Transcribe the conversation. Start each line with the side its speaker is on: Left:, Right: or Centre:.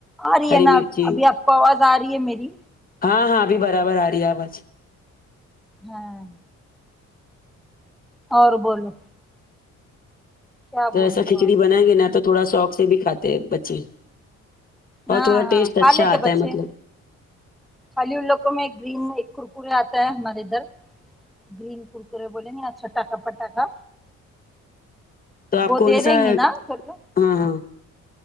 Centre: آ رہی
Left: ہری
Centre: ہے نا
Left: مرچی
Centre: ابھی آپ کو آواز آ رہی ہے میری
Left: ہاں ہاں ابھی برابر آ رہی ہے اواز
Centre: ہاں اور بولو کیا
Left: تو
Centre: بول
Left: ایسا
Centre: رہے
Left: کھچڑی
Centre: ہو آپ
Left: بنائیں گے نا تو تھوڑا شوق سے بھی کھاتے بچے اور
Centre: ہاں
Left: تھوڑا
Centre: ہاں
Left: ٹیسٹ
Centre: کھا
Left: اچھا
Centre: لیتے
Left: آتا
Centre: بچے
Left: ہے مطلب
Centre: خالی ان لوگوں میں ایک گرین ایک کرکرے آتا ہے ہمارے ادھر گین کرکورے بولنگ نا آچھاٹکا پٹاکا
Left: تو آپ
Centre: وہ
Left: کون
Centre: دے دیں
Left: سا
Centre: گے نا سب لوگ
Left: ہاں ہاں